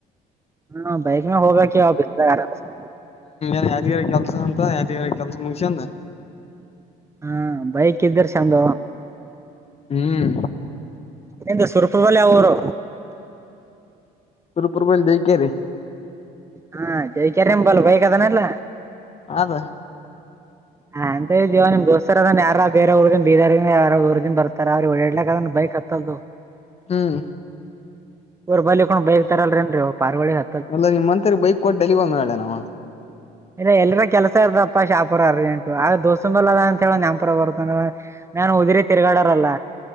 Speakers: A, on the right (about 15°); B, on the left (about 35°).
A: ಹಾ ಬೈಕ್ ಮೆಲ್ ಹೋಗ ಕೆ ಬಿದ್ದ ಆರಾಮಸೆ
B: ಯಾದಗಿರಿಗ್ ಕೆಲ್ಸ ಅಂತ ಯಾದಿಗಿರಾಯಾಗೇ ಕೆಲ್ಸ ಮುಗಸ್ಯಕ್ಕಂದ
A: ಹಾ ಬೈಕ್ ಇದ್ದರು ಚಂದ
B: ಹ್ಮ್
A: ನಿಂದ್ ಸುರಪುರ್ ಬಳಿ ಯಾವೂರು
B: ಸುರಪುರ್ ಬಳಿ ದೇವಿಕೆರೆ
A: ಹಾ ದೇವಿಕೆರೆ ನಿಮ್ ಬಲ್ ವೈಕದಾನಲ್ಲ
B: ಅದ
A: ಹಾಂಂತ ಜೀವ ನಿಮ ದೋಸ್ತ ಅದ ಯಾರ ಬೇರೆ ಊಗ ಬಿದರ್ ಯಾವ ಊರಿಂದ ಊರಿಂದ ಬರ್ತಾರ ಅವ್ರ ಓಡಡ್ಲಾಕ್ದ್ ಬೈಕ್ ಅದು
B: ಹ್ಮ್
A: ರ್ ಬಳ ಇಕ್ಕೊಂಡ್ ಬೈಕ್ ತರಲ್ರೇಏನ್ೀ ಪಾರ್ವಳಿ ಹ
B: ಅಲ್ಲ ನಿಮ್ಮ್ ಅಂತರಿ ಬೈಕ್ ಕೊಟ್ಟಡಲಿವ ಮಲ ನಮ್ಮ
A: ಇ ಎಲ್ರ ಕೆಲ್ಸ ಇರ್ದಪ್ಪಾ ಶಾಪ ಪುರ ಅರ್ಜೆಂಟ್ ಆಗ ದೋಸ್ತಂಬಲ್ಲ ಅ ಅಂತ ಹೇಳ ನನ್ಪುರ ಬರುತ್ತ ನಾನನ್ ಉದಿರಿ ತಿರುಗಾಡಾರಲ್ಲ